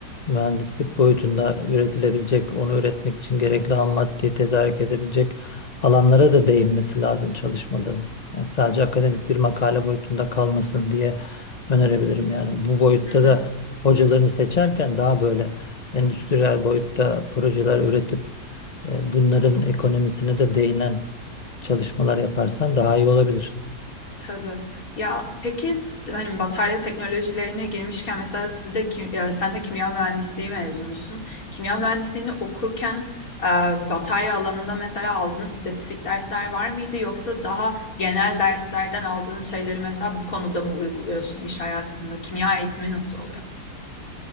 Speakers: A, on the left; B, on the left.
A: mühendislik boyutunda üretilebilecek, onu üretmek için gerekli ham maddeyi tedarik edebilecek alanlara da değinmesi lazım çalışmaların. Yani sadece akademik bir makale boyutunda kalmasın diye önerebilirim. Yani bu boyutta
B: Hı hı.
A: da hocalarını seçerken daha böyle endüstriyel boyutta projeler üretip e, bunların ekonomisine de değinen çalışmalar yaparsan daha iyi olabilir.
B: Tabii. Ya, peki s hani, batarya teknolojilerine girmişken mesela siz de kim eee, sen de kimya mühendisliği mezunusun. Kimya mühendisliğini okurken, eee, batarya alanında mesela aldığınız spesifik dersler var mıydı? Yoksa daha genel derslerden aldığın şeyleri mesela bu konuda mı uyguluyorsun iş hayatında? Kimya eğitimi nasıl oluyor?